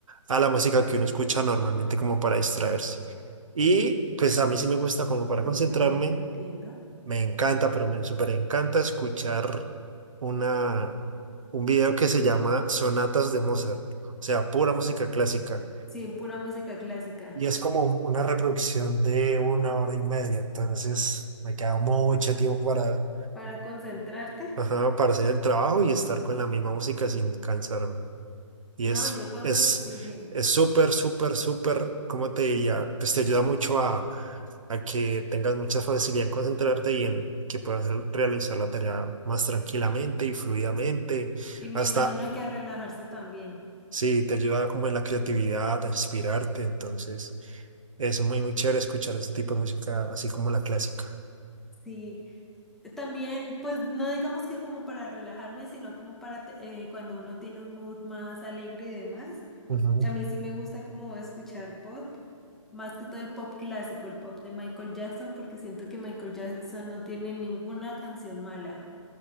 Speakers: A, on the right (about 75°); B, in the centre.
A: a la música que uno escucha normalmente como para distraerse. Y pues a mí sí me gusta como para
B: Entiendo,
A: concentrarme,
B: entiendo.
A: me encanta, pero me súper encanta escuchar una, un video que se llama Sonatas de Mozart, o sea, pura música clásica.
B: Sí, pura música clásica.
A: y es como una reproducción de una hora y media, entonces me queda mucho tiempo para,
B: Para concentrarte,
A: ajá, para hacer el trabajo y estar con la misma música sin cansarme. Y
B: no,
A: es,
B: yo cuando,
A: es,
B: sí, sí,
A: es súper, súper, súper, ¿cómo te diría? Pues te ayuda mucho a, a que tengas mucha facilidad en concentrarte y en que puedas re- realizar la tarea más tranquilamente y fluidamente,
B: y me
A: hasta
B: imagino que a relajarse también.
A: Sí, te ayuda como en la creatividad, a inspirarte. Entonces, eso es muy, muy chévere escuchar este tipo de música, así como la clásica.
B: Sí, también, pues no digamos que como para relajarme, sino como para te- eh, cuando uno tiene un mood más alegre y demás.
A: Ujú.
B: A mí sí me gusta como escuchar pop, más que todo el pop clásico, el pop de Michael Jackson, porque siento que Michael Jackson no tiene ninguna canción mala.